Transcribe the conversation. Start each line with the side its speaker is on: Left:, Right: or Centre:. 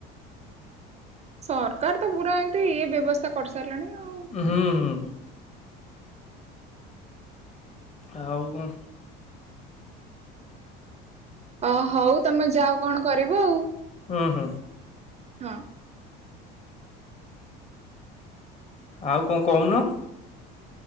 Right: ସରକାର ତ ବୁରା ଏନ୍ତି ଇଏ ବ୍ୟବସ୍ଥା କରିସାରିଲାଣି ଆଉ।
Left: ହୁଁ। ହୁଁ। ଆଉ କଣ?
Right: ଅ ହଉ ତମେ ଯାଅ କଣ କରିବ ଆଉ।
Left: ହୁଁ ହୁଁ।
Right: ହଁ।
Left: ଆଉ କଣ କହୁନ?